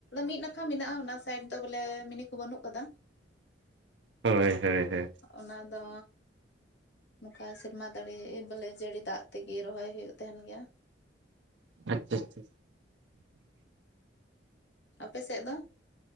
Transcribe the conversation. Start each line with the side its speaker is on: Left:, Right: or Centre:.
Left: ᱢᱤᱫ ᱱᱟᱠᱷᱟ ᱢᱮᱱᱟᱜᱼᱟ ᱚᱱᱟ ᱥᱟᱭᱤᱰ ᱫᱚ ᱵᱚᱞᱮ ᱢᱤᱱᱤ ᱠᱚ ᱵᱟᱹᱱᱩᱜ ᱠᱟᱫᱟ᱾
Right: ᱦᱳᱭ ᱦᱳᱭ ᱦᱳᱭ᱾
Left: ᱚᱱᱟ ᱫᱚ ᱱᱚᱝᱠᱟ ᱥᱮᱨᱢᱟ ᱫᱟᱹᱲᱤ ᱵᱚᱞᱮ ᱡᱟᱹᱲᱤ ᱫᱟᱜ ᱛᱮᱜᱮ ᱨᱚᱦᱚᱭ ᱦᱩᱭᱩᱜ ᱛᱟᱦᱮᱸᱱ ᱜᱮᱭᱟ᱾
Right: ᱟᱪᱪᱷᱟ, ᱟᱪᱪᱷᱟ
Left: ᱟᱯᱮ ᱥᱮᱫ ᱫᱚ?